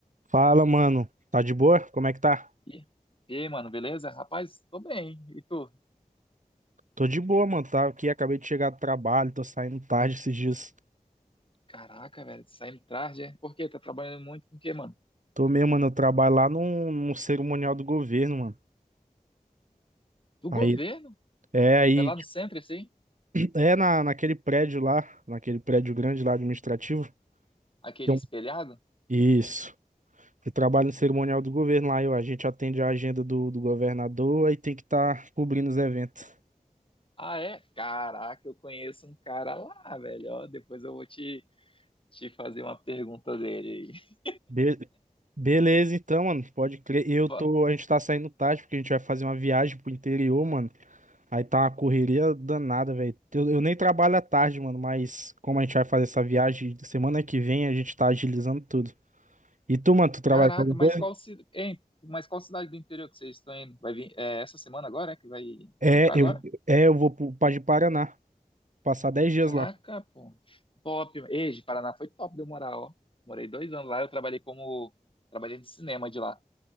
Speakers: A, on the right; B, on the left.
A: Fala, mano. Tá de boa? Como é que tá?
B: E e aí, mano, beleza? Rapaz, tô bem. E tu?
A: Tô de boa, mano. Tá aqui, acabei de chegar do trabalho, tô saindo tarde esses dias.
B: Caraca, velho, saindo tarde, é? Por quê? Tá trabalhando muito com o quê, mano?
A: Tô mesmo, mano. Eu trabalho lá num, num cerimonial do governo, mano.
B: Do
A: Aí,
B: governo?
A: é, aí,
B: É lá
A: tipo,
B: no centro, assim?
A: é na, naquele prédio lá, naquele prédio grande lá administrativo.
B: Aquele
A: Então,
B: espelhado?
A: isso. Eu trabalho no cerimonial do governo lá, eu, a gente atende a agenda do, do governador, aí tem que estar cobrindo os eventos.
B: Ah, é? Caraca, eu conheço um cara lá, velho. Ó, depois eu vou te, te fazer uma pergunta dele aí.
A: Be- Beleza, então, mano, pode crer. Eu
B: Fa-
A: tô, a gente tá saindo tarde porque a gente vai fazer uma viagem pro interior, mano. Aí tá uma correria danada, velho. Eu, eu nem trabalho à tarde, mano, mas como a gente vai fazer essa viagem semana que vem, a gente tá agilizando tudo. E tu, mano, tu trabalha
B: Caraca,
A: com alguma
B: mas
A: coisa?
B: qual, ci... hein, mas qual cidade do interior que vocês estão indo? Vai vir é, essa semana agora, é? Que vai,
A: É,
B: vai entrar agora?
A: eu, é, eu vou pro, pra de Paraná, passar dez dias
B: Caraca,
A: lá.
B: pô. Top. Ei, de Paraná foi top de eu morar, ó. Morei dois anos lá, eu trabalhei como. Trabalhei de cinema de lá.